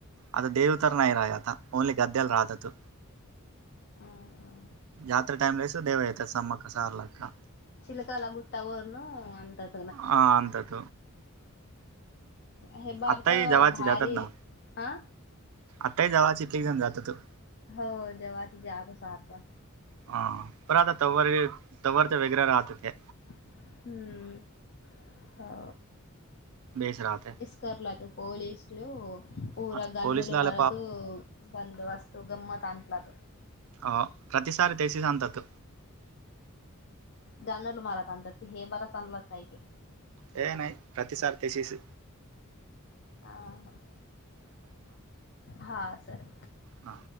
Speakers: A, on the right; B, on the left.
A: आता द देवतर नाही राहा आता ओनली गद्याला राहत तो
B: हम्म.
A: जात्रा टाईमलासो देवा येतात समाका सारला का
B: चिलकाला गुट्ट वरन अंतात
A: ह अंत त
B: हे बारत
A: आत्ताही जवाची
B: भारी
A: जातात ना
B: अ
A: आत्ताही जावां इथलेक जण जात तू
B: हो जेव्हाची ज त सातवा
A: हा पर आता तवर तवर तर वगरे राहत ते
B: हम्म हा
A: मेस राहते.
B: करला पोलीस लेवो. पूरा
A: आता
B: गनल
A: पोलीसलाला
B: मारत बंदबस्त गमत अंटलात
A: हो प्रत सार तेची संतात
B: जानल मारात आणतात ते हे बरच आणला काय की
A: हे नाही प्रति सार त्याशीस
B: ह ह हा सर
A: हा